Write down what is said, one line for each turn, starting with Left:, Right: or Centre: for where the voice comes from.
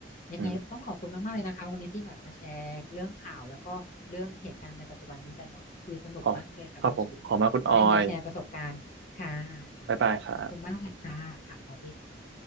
Left: ยังไงก็ต้องขอบคุณมากๆเลยนะคะวันนี้ที่แบบมาแชร์เรื่องข่าวแล้วก็เรื่องเหตุการณ์ในปัจจุบันนี้กันเนาะคุยสนุกมากเลยค่ะคุณคิว
Right: อืมขอครับผมขอมาคุณออย
Left: ได้และแชร์ประสบการณ์ค่ะค่ะขอบคุณมากเลยค่ะค่ะสวัสดีค่ะ
Right: บ๊ายบายครับ